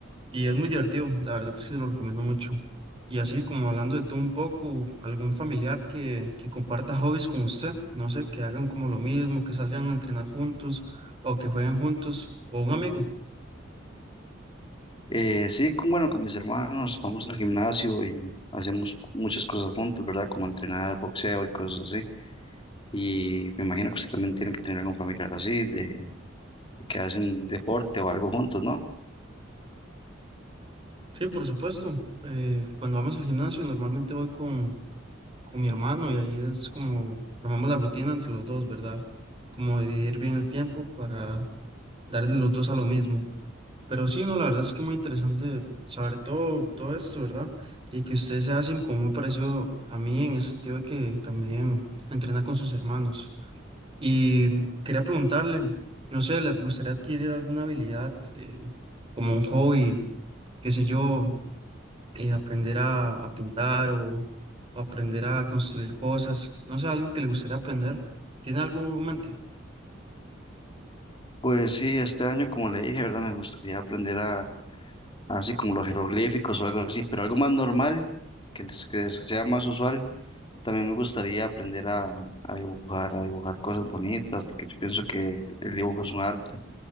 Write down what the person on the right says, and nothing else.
Y es muy divertido, la verdad sí lo recomiendo mucho. Y así como hablando de tú un poco, algún familiar que, que comparta hobbies con usted, no sé, que hagan como lo mismo, que salgan a entrenar juntos o que jueguen juntos, o un amigo.
Sí, por supuesto. eh, cuando vamos al gimnasio normalmente voy con, con mi hermano y ahí es como armamos la rutina entre los dos, ¿verdad? Como dividir bien el tiempo para darle los dos a lo mismo. Pero sí, no, la verdad es que muy interesante saber todo, todo esto, ¿verdad? Y que usted se hace como muy parecido a mí en ese sentido de que también entrena con sus hermanos. Y quería preguntarle, no sé, ¿le gustaría adquirir alguna habilidad eh, como un hobby, qué sé yo, eh, aprender a, a pintar o, o aprender a construir cosas? No sé, algo que le gustaría aprender. ¿Tiene algo en mente?